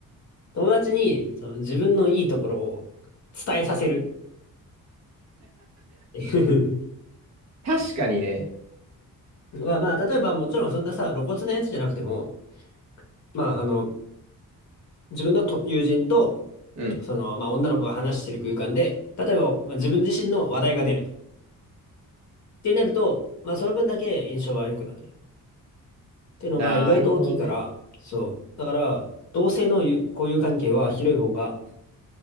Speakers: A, on the left; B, on the right.
A: 友達にその自分のいいところを伝えさせるっていう
B: 確かにね。
A: まあまあ、例えばもちろんそんなさ、露骨なやつじゃなくても、まああの、自分のと友人と、
B: うん。
A: その、まあ女の子が話してる空間で、例えば、まあ、自分自身の話題が出ると。ってなると、まあその分だけ印象は良くなるね。っていうのが意外と大きいから、
B: なるほどね。
A: そう。だから、同性の友交友関係は広い方が